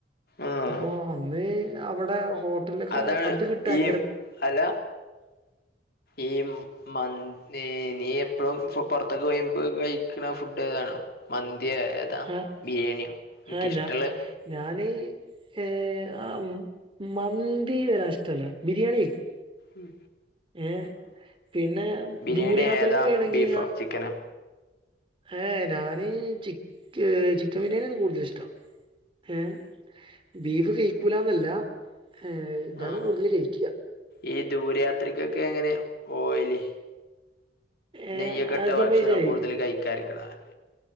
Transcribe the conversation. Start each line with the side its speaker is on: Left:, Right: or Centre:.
Left: ആഹ്
Right: അപ്പൊ അന്ന് അവിടെ ഹോട്ടൽലൊക്കെ
Left: അതാണ്
Right: അത് കിട്ടാ-
Left: ഈ അല്ല ഈ- മന്തേ നീ എപ്പഴും പൊ പൊറത്തൊക്ക പോയി പ്പൊ കഴിക്ക്ണ ഫുഡ് ഏതാണ്? മന്തിയ ഏതാ
Right: ആ ആ
Left: ബിരേണിയ നിനക്കിഷ്ട്ടള്ളത്
Right: ആ, ഞാ ഞാന് ഏഹ് ആ മ് മന്തി വലാതെ ഇഷ്ടല്ല ബിരിയാണി കഴിക്കും.
Left: ഉം
Right: ഏഹ് പിന്നെ
Left: ബിരിയാണി
Right: ദൂരെ യാത്രയ്ക്കൊക്കെണെങ്കി
Left: ഏതാ ബീഫോ
Right: ഞാൻ
Left: ചിക്കനോ
Right: ഏഹ് ഞാന് ചിക്ക് ചിക്കൻ ബിരിയാണിയാണ് കൂട്തലിഷ്ടം. ഏഹ് ബീഫ് കയിക്കൂലാന്നല്ല, ഏ ഇതാണ്
Left: ആഹ്
Right: കൂട്തല് കയിക്ക
Left: ഈ ദൂരെയാത്രക്കൊക്കെ എങ്ങനെ ഓയല്?
Right: ഏ
Left: നെയ്യൊക്കെയിട്ട
Right: അത്
Left: ഭക്ഷണം
Right: സംഭവിച്ചായി
Left: കൂടുതല് കയിക്കാതെ ഇരിക്കണ നല്ലത് -